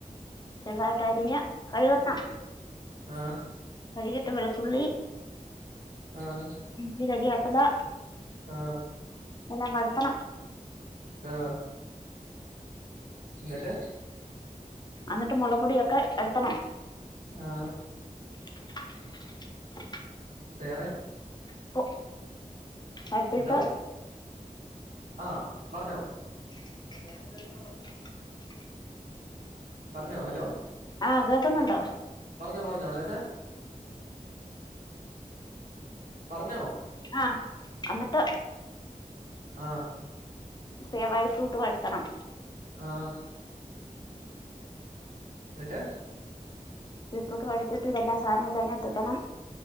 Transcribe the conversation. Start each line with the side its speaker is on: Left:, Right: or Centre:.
Left: ചെറുതായിട്ടാരിഞ്ഞ് കഴുകണം.
Right: ആ
Left: കഴുകിട്ട് വെളുത്തുള്ളി,
Right: ആഹ്
Left: ഇഞ്ചി, കരിയാപ്പില
Right: ആ
Left: എല്ലാം വയട്ടണം
Right: ആഹ് എന്നിട്ട്?
Left: അന്നിട്ട് മുളക്പൊടിയൊക്കെ എടുത്തണം.
Right: ആ
Left: <inaudible>
Right: വേറെ
Left: ഇപ്പൊ അടുത്തിട്ട്
Right: എന്തോ ആഹ് പറഞ്ഞോ
Left: അ <inaudible>
Right: പറഞ്ഞോ ഹലോ
Left: ആഹ് കേൾക്കുന്നുണ്ടോ
Right: പറഞ്ഞോ പറഞ്ഞോ എന്നിട്ട് പറഞ്ഞോ
Left: ആ അന്നിട്ട്
Right: ആ
Left: <unintelligible> ബിട്രൂട്ട് വയട്ടണം
Right: ആഹ് എന്നിട്ട്
Left: <unintelligible> എല്ലാ സാധനവും എല്ലാ സാനവും അയിനാത്ത് ഇടണം.